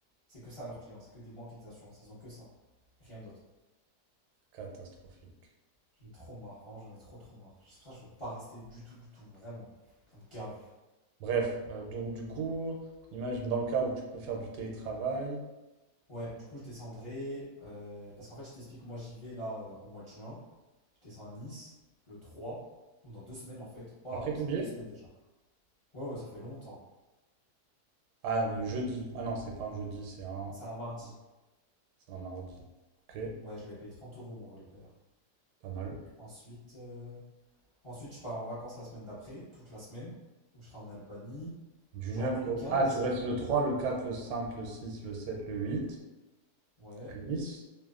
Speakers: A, on the left; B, on the right.
A: C'est que ça, leurs clients, c'est que des banques et des assurances, ils ont que ça, rien d'autre.
B: catastrophique.
A: J'en ai trop marre, vraiment j'en ai trop trop marre. C'est pour ça que je veux pas rester du tout, du tout, vraiment. Ça me gave.
B: Bref, euh, donc du coup, imagine dans le cas où tu peux faire du télétravail.
A: Ouais, du coup je descendrai, euh, parce qu'en fait je t'explique, moi j'y vais là euh, au mois de juin. Je descends à Nice le 3, donc dans deux semaines en fait. Waouh,
B: Après ton
A: c'est
B: billet?
A: dans deux semaines déjà. Ouais, ouais, ça fait longtemps.
B: Ah, le jeudi. Ah non, c'est pas un jeudi, c'est un,
A: C'est un mardi.
B: c'est un mardi. Ok,
A: Ouais, je l'avais payé 30 euros mon vol d'ailleurs.
B: pas mal.
A: Ensuite, euh, ensuite je pars en vacances la semaine d'après, toute la semaine. Donc je serai en Albanie.
B: Du
A: Je
B: 9.
A: rentre le
B: au...
A: 15.
B: Ah, tu restes le 3, le 4, le 5, le 6, le 7, le 8.
A: Ouais,
B: le 10.